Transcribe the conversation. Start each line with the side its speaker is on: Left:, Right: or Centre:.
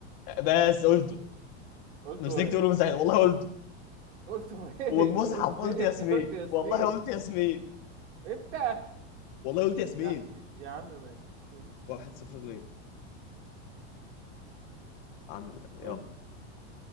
Left: بس قلته
Right: قلته
Left: مسكت
Right: ايه
Left: تقوله من ساعتها والله قلته
Right: قلته فين <laughs>
Left: والمصحف
Right: قلت فين
Left: قلت ياسمين
Right: امتى قلت ياسمين
Left: والله قلت ياسمين
Right: امتى
Left: والله قلت ياسمين
Right: يا يا عم ماشي
Left: واحد صفر ليه عامل
Right: <laughs>
Left: يلا
Right: نون